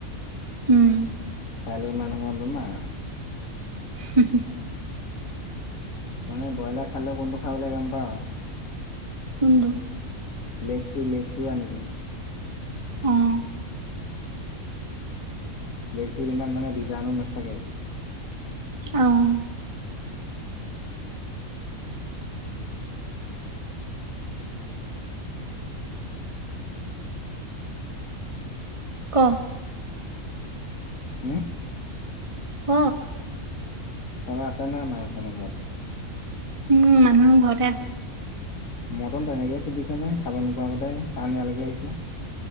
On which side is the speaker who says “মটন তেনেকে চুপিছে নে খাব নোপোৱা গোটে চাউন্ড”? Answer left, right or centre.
Left